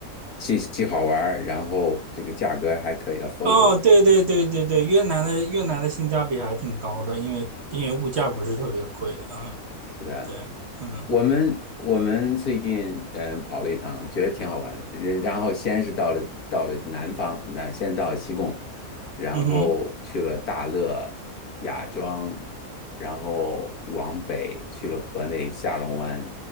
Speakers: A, on the left (about 80°); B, on the right (about 50°).
A: 既既好玩儿然后这个价格还可以 affordable，
B: 哦，对对对对对，越南的越南的性价比还挺高的，因为因为物价不是特别贵，嗯，
A: 是的，
B: 对，嗯
A: 我们我们最近嗯跑了一趟，觉得挺好玩的。呃然后先是到了到了南方，那先到西贡，然后去了大乐、
B: 嗯哼，
A: 雅庄，然后往北去了河内下龙湾，